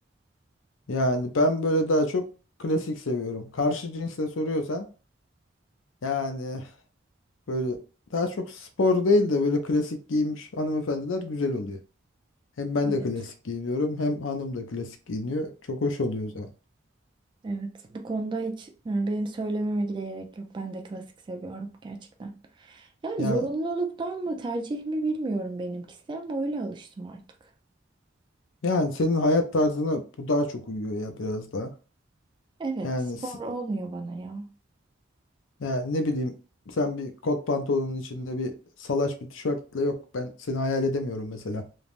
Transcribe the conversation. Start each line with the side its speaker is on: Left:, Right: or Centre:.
Left: Yani ben böyle daha çok klasik seviyorum. Karşı cinsle soruyorsan yani böyle daha çok spor değil de böyle klasik giymiş hanımefendiler güzel oluyor. Hem ben
Right: Evet.
Left: de klasik giyiniyorum hem hanım da klasik giyiniyor. Çok hoş oluyor o zaman.
Right: Evet. Bu konuda hiç yani benim söylememe bile gerek yok. Ben de klasik seviyorum gerçekten. Yani
Left: Yani,
Right: zorunluluktan mı tercih mi bilmiyorum benimkisi ama öyle alıştım artık.
Left: yani senin hayat tarzına bu daha çok uyuyor ya biraz daha.
Right: Evet,
Left: Yani
Right: spor
Left: s-
Right: olmuyor bana ya.
Left: Yani ne bileyim sen bir kot pantolonun içinde bir salaş bir tişörtle yok ben seni hayal edemiyorum mesela.